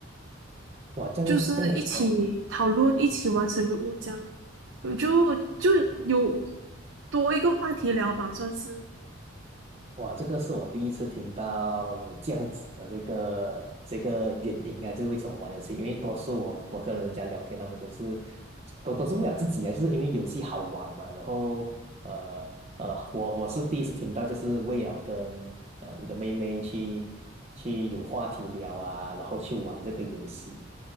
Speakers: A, on the right (about 35°); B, on the right (about 85°).
A: 哇，这样这样我，
B: 就是一起讨论，
A: 呃
B: 一起完成任务这样，我就就有多一个话题聊吧，算是。
A: 哇，这个是我第一次听到有这样子的这个这个原因啊，就是为什么玩游戏？因为多数我我跟人家聊天，他们都是都都是为了自己啊，就是因为游戏好玩嘛。然后呃呃，我我是第一次听到，就是为了跟呃你的妹妹去去有话题聊啊，然后去玩这个游戏，